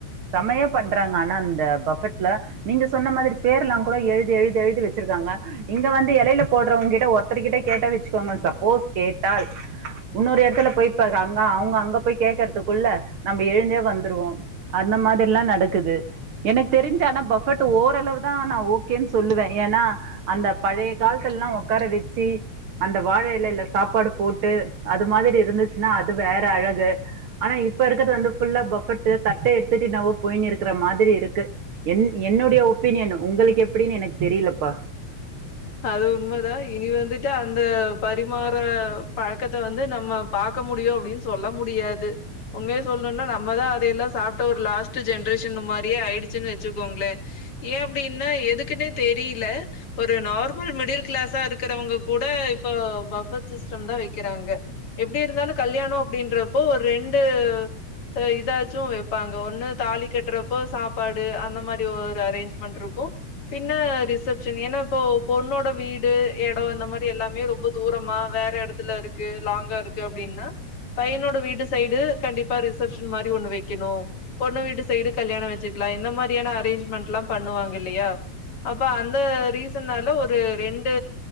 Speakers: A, on the right; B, on the left.
A: செமையா பண்றாங்க ஆனா அந்த பஃபட்ல நீங்க சொன்ன மாதிரி பேர் எல்லாங்கூட எழுதி எழுதி எழுதி வெச்சிருக்காங்க இங்க வந்து எலையில போட்றவங்கிட்ட ஒருத்தர்கிட்ட கேட்டா வெச்சுக்கோங்க சப்போஸ் கேட்டால் உன்னொரு எடத்துல போய் ப அங்க அவுங்க அங்க போய் கேக்கறதுக்குள்ள நம்ப எழுந்தே வந்துருவோ அந்த மாதியெல்லா நடக்குது எனக் தெரிஞ்சு ஆனா பஃபட் ஓரளவுதா நா ஓகேன் சொல்லுவே ஏனா அந்த பழைய காலத்ல்லா ஒக்கார வெச்சி அந்த வாழை எலையில சாப்பாடு போட்டு அது மாதிரி இருந்துச்சுனா அது வேற அழகு ஆனா இப்ப இருக்கறது வந்து ஃபுல்லா பஃபட்டு தட்ட எடுத்துட்டு நாவோ போய்னு இருக்கற மாதிரி இருக்கு என் என்னுடைய ஒப்பீனியனு உங்களுக்கு எப்டினு எனக் தெரியலப்பா
B: அது உண்மதா இனி வந்துட்டு அந்த பரிமாற பழக்கத்த வந்து நம்ம பா க்க முடியு அப்டின் சொல்ல முடியாது உண்மய சொல்ணுன்னா நம்மதா அதையெல்லா சாப்ட்ட ஒரு லாஸ்ட் ஜென்ரேஷன் மாரியே ஆயிடுச்சுன் வெச்சுக்கோங்ளே ஏ அப்டின்னா எதுக்குன்னே தெரியில ஒரு நார்மல் மிடில் கிளாஸா இருக்கறவங்க கூட இப்ப பஃப் பட் சிஸ்டம் தா வெக்கிறாங்க எப்டி இருந்தாலு கல்யாணோ அப்டின்றப் ப்போ ஒ ரெண்டு அ இதாச்சு வெப்பாங்க ஒன்னு தாலி கட்றப்போ சாப்பாடு அந்த மாரி ஒரு அரேஞ்ச்மெண்ட்ருக்கு பின்ன ரிசப்ஷன் ஏன்னா போ பொண்ணோட வீடு எடோ இந்த மாரி எல்லாமே ரொம்ப தூரமா வேற எடத்துல இருக்கு லாங்கா இருக்கு அப்டின்னா பையனோட வீட்டு சைடு கண்டிப்பா ரிசப்ஷன் மாரி ஒண்ணு வெக்கிணு பொண்ணு வீட்டு சைடு கல்யாண வெச்சுக்லா இந்த மாரியான அரேஞ்ச்மெண்ட்ல்லா பண்ணுவாங்க இல்லையா அப்ப அந்த ரீச ன்னால ஒரு ரெண்டு